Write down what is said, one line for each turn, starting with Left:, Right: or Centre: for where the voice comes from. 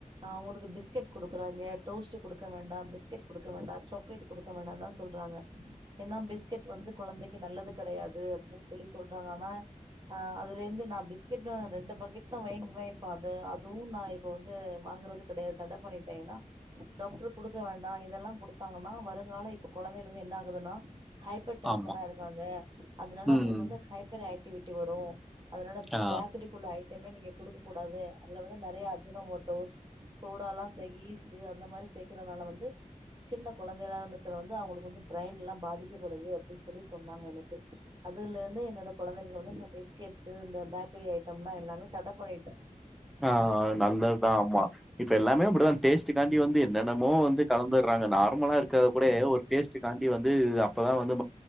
Right: அவங்க பிஸ்கெட் கொடுக்கறாங்க டோஸ்ட் கொடுக்க வேண்டாம் பிஸ்கெட் கொடுக்க கூடாது சாக்லேட் கொடுக்க வேண்டாம் தான் சொல்றாங்க ஏன்னா பிஸ்கெட் வந்து குழந்தைக்கு நல்லது கெடையாது அப்படின்னு சொல்லி சொல்றாங்க ஆனா ஆஹ் அதுல இருந்து நான் பிஸ்கெட் ரெண்டு பக்கெட் தான் வாங்குவேன் இப்ப அது அதுவும் நான் இப்ப வந்து வாங்குறது கெடையாது தடை பண்ணிட்டேன் ஏன்னா டாக்டர் கொடுக்க வேண்டாம் இதெல்லாம் த்தாங்கன்னா வருங்கால இப்ப குழந்தைங்க ல வந்து என்ன ஆகுதுன்னா ஹைப்பர் டென்ஷன்னா
Centre: ஆமா.
Right: இருக்காங்க அதனால
Centre: ம்.
Right: உங்களுக்கு வந்து ஹைப்பர் த்த விட்டு வரும் அதனால
Centre: ஆ,
Right: பேக்கரிக்குள்ள ஐட்டம் ம நீங்க கொடுக்க கூடாது அதுல வந்து நிறைய அர்ஜுனமோட்டோஸ் சோட எல்லாம் ஈஸ்ட் அந்த மாதிரி சேர்க்கறதுனால வந்து சின்ன குழந்தைகளாம் இருக்கிற வந்து அவங்களுக்கு வந்து பிரைன் எல்லாம் பாதிக்கப்படுது அப்படின்னு சொல்லி சொன்னாங்க எனக்கு அதுல இருந்து என்னோட குழந்தைகளுக்கு வந்து இந்த பிஸ்கெட்ஸ் இந்த பேக்கரி ஐட்டம் எல்லாம் எல்லாமே தடை பண்ணிட்டேன்
Centre: ஆஹ் நல்லதுதான் ஆமா இப்ப எல்லாமே அப்படிதான் டேஸ்ட கா வந்து என்னென்னமோ வந்து கலந்த ங்க நார்மலா இருக்கத கூட ஒரு டேஸ்ட் காண்டி வந்து அ இப்பதான் வந்து